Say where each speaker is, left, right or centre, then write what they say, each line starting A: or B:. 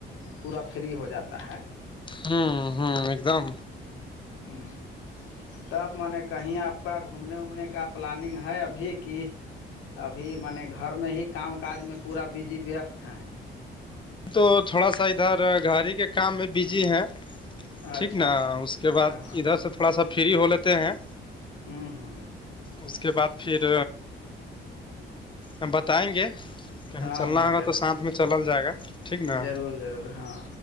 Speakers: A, on the left; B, on the left.
A: پورا فری ہو جاتا ہے
B: ہوں ہوں ہ ایک دم
A: ہوں کہیں اپ کا گھومنے گھومنے کا پلاننگ ہے ابھی کی- ابھی م نے گھر میں ہی کام کاج میں پورا بزی وست ہیں
B: تو تھوڑا سا ادھر گاڑی کے کام میں بجے ہیں ٹھیک
A: اچھا
B: نا
A: اچھا
B: اس کے بعد
A: ہاں ہاں
B: ادھر سے تھوڑا سا فری ہو لیتے ہیں-
A: ہوں- ہوں
B: اس کے بعد پھر ہم بتائیں گے- کہیں
A: ہاں
B: چلنا
A: ہاں
B: ہوگا
A: ضرور
B: تو ساتھ میں چلل جائے گا- ٹھیک نا
A: ضرور ضرور ہاں